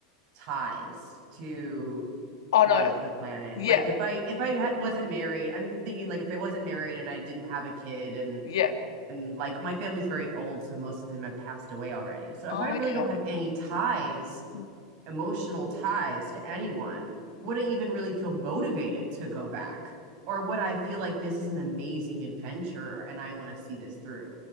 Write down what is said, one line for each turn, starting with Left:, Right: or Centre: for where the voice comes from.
Right: ties to
Left: Oh
Right: like
Left: no,
Right: the planet.
Left: yeah,
Right: Like if I if I ha- wasn't married, I'm thinking like if I wasn't married and I didn't have a kid and
Left: yeah.
Right: and like my family's very old, so most of them have passed away already. So
Left: Oh,
Right: if I really
Left: okay.
Right: don't have any ties,
Left: Mm.
Right: emotional ties to anyone, would I even really feel motivated to go back? Or would I feel like this is an amazing adventure and I want to see this through?